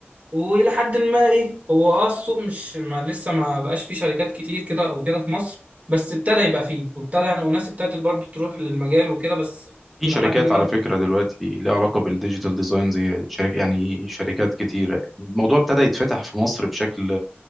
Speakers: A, on the right; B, in the centre.
A: والى حد ما ايه هو اه السوق مش ما لسه ما بقاش فيه شركات كتير كده وكده في مصر بس ابتدى يبقى فيه وابتدى وناس ابتدت برضه تروح للمجال وكده بس
B: في
A: الى
B: شركات
A: حد ما
B: على فكرة دلوقتي ليها علاقة بالديجيتال ديزاين زي شركة يعني شركات كتيرة يعني الموضوع ابتدى يتفتح في مصر بشكل